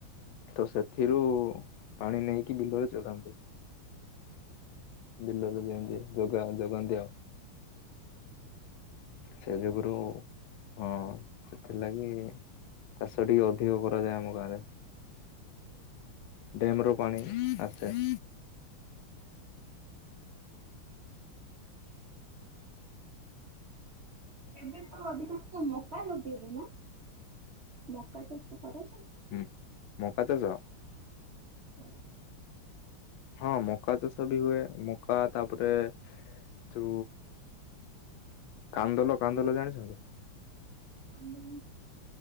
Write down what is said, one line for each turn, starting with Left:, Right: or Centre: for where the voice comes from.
Left: ତ ସେଥିରୁ। ପାଣି ନେଇକି ବିଲରେ ଚଢାନ୍ତି ବିଲରେ ଦିଅନ୍ତି ଯୋଗା ଯୋଗାନ୍ତି। ଦିଅ ସେ ଯୁଗରୁ ହଁ ସେଥିଲାଗି। ଚାଷ ଟିକେ ଅଧିକ କରାଯାଏ ଆମ ଗାଁରେ। ଡ୍ୟାମ ରୁ ପାଣି ଆସେ। <inaudible>
Right: ଏବେ ତ ଅଧିକାଂଶ ମକା ଲଗେଇବେ ନା ମକା ଚାଷ କରାଯାଏ।
Left: ହୁଁ ମକାଚାଷ।
Right: ୟାସ୍। <inaudible>
Left: ହଁ ମକା ଚାଷ ବି ହୁଏ ମକା ତାପରେ ତୁ କାନ୍ଦଲ କାନ୍ଦଲ ଜାଣିଛନ୍ତି?
Right: ହୁଁ